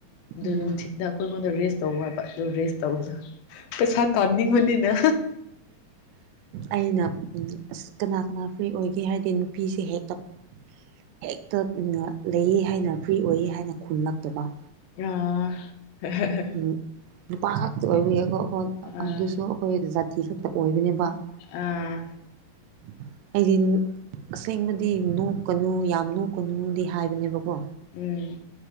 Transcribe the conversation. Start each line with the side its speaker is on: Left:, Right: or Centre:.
Left: ꯑꯗꯨ
Right: ꯎꯝ
Left: ꯅꯨꯡꯊꯤꯤꯟꯗ ꯑꯩꯈꯣꯏ ꯑꯩꯉꯣꯟꯗ ꯔꯦꯁ ꯇꯧꯕ ꯍꯥꯏꯕ ꯑꯗꯨ ꯔꯦꯁ ꯇꯧꯕꯗ ꯄꯩꯁꯥ ꯇꯥꯅꯤꯡꯕꯅꯤꯅ
Right: ꯑꯩꯅ ꯑ ꯀꯅꯥ ꯀꯅꯥ ꯐ꯭ꯔꯤ ꯑꯣꯏꯒꯦ ꯍꯥꯏꯕꯗꯤ ꯅꯨꯄꯤꯁꯦ ꯍꯦꯛꯇ ꯍꯦꯛꯇ ꯂꯩꯌꯦ ꯍꯥꯏꯅ ꯐ꯭ꯔꯤ ꯑꯣꯏꯌꯦ ꯍꯥꯏꯅ ꯈꯨꯝꯂꯛꯇꯕ
Left: ꯑ <unintelligible>
Right: ꯎꯝ ꯅꯨꯄꯥ ꯈꯇ ꯑꯣꯏꯕꯌꯦꯣ
Left: ꯑꯥ
Right: ꯑꯗꯨꯁꯨ ꯑꯩꯈꯣꯏ ꯖꯥꯇꯤ ꯈꯛꯇ ꯑꯣꯏꯕꯅꯦꯕ
Left: ꯑꯥ
Right: <inaudible> ꯑꯩꯗꯤ ꯑꯁꯦꯡꯕꯗꯤ ꯅꯣꯛꯀꯅꯨ ꯌꯥꯝ ꯅꯣꯛꯀꯅꯨꯗꯤ ꯍꯥꯏꯕꯅꯦꯕꯀꯣ
Left: ꯎꯝ